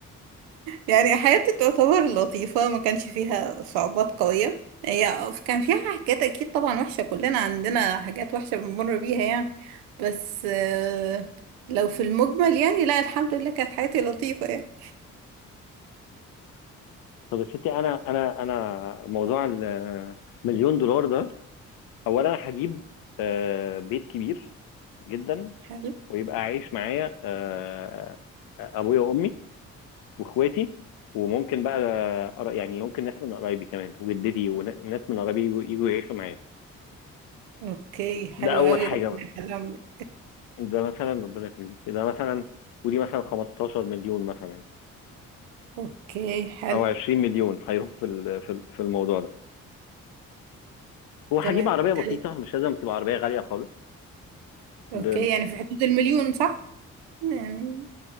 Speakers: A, on the right (about 70°); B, on the left (about 55°).
A: يعني حياتي تعتبر لطيفة ما كانش فيها صعوبات قوية هي كان فيها حاجات أكيد طبعا وحشة كلنا عندنا حاجات وحشة بنمر بيها يعني بس آه، لو في المجمل يعني لا الحمد لله كانت حياتي لطيفة يعني
B: طب يا ستي أنا أنا أنا موضوع المليون دولار ده أولا أنا هجيب آه، بيت كبير جدا
A: حلو
B: ويبقى عايش معايا آه، آه، أبويا وأمي وإخواتي وممكن بقى قر- يعني ممكن ناس من قرايبي كمان وجدتي وناس من قرايبي يجوا يجوا يعيشوا معايا
A: اوكي حلو
B: ده أول
A: قوي
B: حاجة
A: ربنا
B: مثلا
A: يخليهم لك
B: ده مثلا ربنا يخليك ده مثلا ودي مثلا 15 مليون مثلا
A: اوكي حلو
B: او 20 مليون هيروح في ال- في ال- في الموضوع ده هو هجيب
A: تمام
B: عربيه بسيطه
A: تلاتة
B: مش لازم تبقى عربيه غاليه خالص
A: اوكي
B: ب...
A: يعني في حدود المليون صح يعني